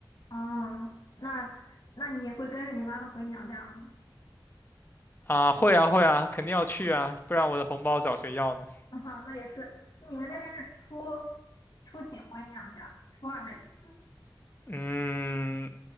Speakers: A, on the left; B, on the left.
A: 哦，那那你会跟着你妈妈回娘家吗？
B: 啊，会啊会啊，肯定要去啊，不然我的红包找谁要呢？
A: <laughs> 啊那也是，你们那边是初初几回娘家？初二还是初三？
B: 嗯，